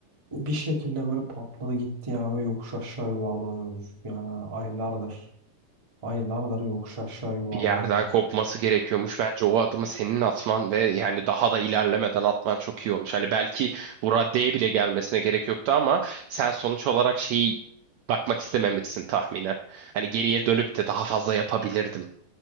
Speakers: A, on the right; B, on the right.
A: Bir şekilde böyle patladı gitti yani ve yokuş aşağı yuvarlanıyoruz. Yani aylardır, aylardır yokuş aşağı yuvarlanıyoruz.
B: bir yerden kopması gerekiyormuş. Bence o adımı senin atman ve yani daha da ilerlemeden atman çok iyi olmuş. Hani belki bu raddeye bile gelmesine gerek yoktu ama sen sonuç olarak şeyi bakmak istememişsin tahminen. Hani geriye dönüp de daha fazla yapabilirdim.